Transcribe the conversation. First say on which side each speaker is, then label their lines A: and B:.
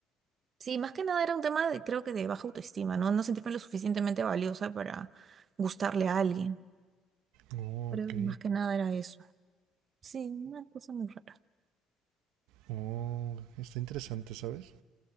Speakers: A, on the right; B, on the right.
A: sí, más que nada era un tema de, creo que de baja autoestima, ¿no? No sentirme lo suficientemente valiosa para gustarle a alguien.
B: Oh,
A: Creo
B: ok.
A: que más que nada era eso. Sí, una cosa muy rara.
B: Oh, está interesante, ¿sabes?